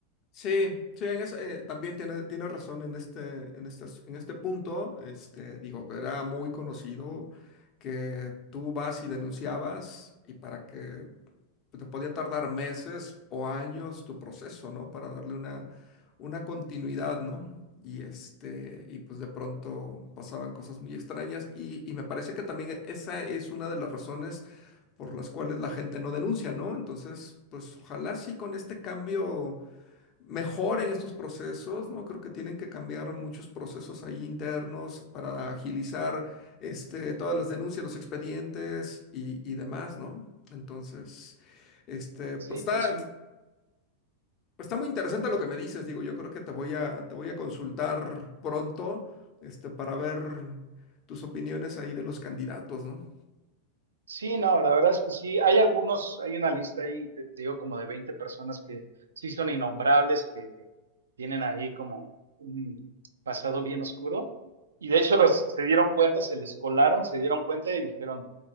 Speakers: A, on the left; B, on the right.
A: Sí, sí, en eso, eh, también tiene, tiene razón en este, en este, as- en este punto. Este, digo, era muy conocido que tú vas y denunciabas y para que pues, te podía tardar meses o años tu proceso, ¿no? Para darle una, una continuidad, ¿no? Y este, y pues de pronto pasaban cosas muy extrañas y, y me parece que también esa es una de las razones por las cuales la gente no denuncia, ¿no? Entonces, pues ojalá sí con este cambio mejoren estos procesos, ¿no? Creo que tienen que cambiar muchos procesos ahí internos para agilizar este, todas las denuncias, los expedientes y, y demás, ¿no? Entonces, este, pues
B: Sí,
A: está,
B: pues sí.
A: está muy interesante lo que me dices, digo, yo creo que te voy a, te voy a consultar pronto, este, para ver tus opiniones ahí de los candidatos, ¿no?
B: Sí, no, la verdad es que sí, hay algunos, hay una lista ahí, te, te digo, como de 20 personas que sí son innombrables, que tienen ahí como un pasado bien oscuro. Y de hecho los se dieron cuenta, se les colaron, se dieron cuenta y dijeron,